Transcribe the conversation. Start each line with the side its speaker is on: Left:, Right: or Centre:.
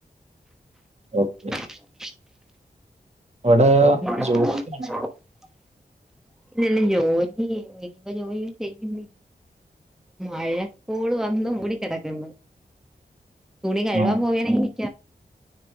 Right: ഓക്കെ.
Centre: <inaudible>
Right: അവിടെ
Centre: <unintelligible>
Right: ജോലിയിലാണോ
Centre: ഇല്ലല്ല ജോലി ഇപ്പ ജോലി ചെയ്യുന്നി മഴക്കൂള് വന്ന് മൂടിക്കിടക്ക്ന്ന് തുണി കഴ്കാൻ
Right: ആ
Centre: പോവണെങ്കിൽ